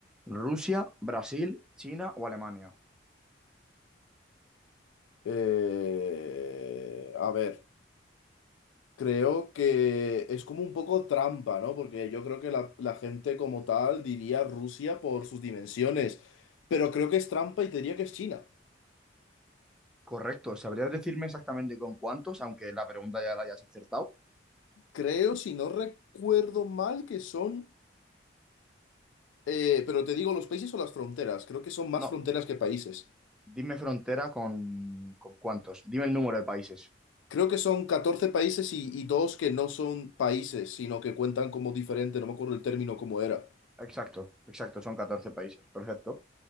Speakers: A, in the centre; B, on the left.
A: ¿Rusia, Brasil, China o Alemania?
B: Eh, a ver, creo que es como un poco trampa, ¿no? Porque yo creo que la, la gente como tal diría Rusia por sus dimensiones, pero creo que es trampa y te diría que es China.
A: Correcto, ¿sabrías decirme exactamente con cuántos? Aunque la pregunta ya la hayas acertado.
B: Creo, si no recuerdo mal, que son, eh, pero te digo los países o las fronteras, creo que son más
A: No,
B: fronteras que países.
A: dime frontera con, con cuántos. Dime el número de países.
B: Creo que son catorce países y, y dos que no son países, sino que cuentan como diferente, no me acuerdo el término cómo era.
A: Exacto, exacto, son 14 países. Perfecto.